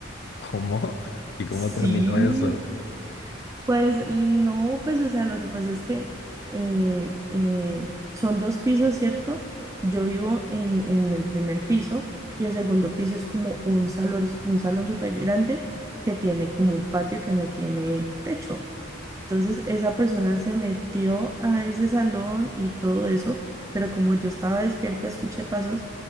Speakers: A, on the left; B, on the right.
A: ¿Cómo? ¿Y cómo
B: Sí.
A: terminó eso?
B: Pues no, pues o sea, lo que pasa es que eh, eh, son dos pisos, ¿cierto? Yo vivo en, en el primer piso y el segundo piso es como un salón, un salón súper grande que tiene como un patio que no tiene techo. Entonces esa persona se metió a ese salón y todo eso, pero como yo estaba despierta, escuché pasos,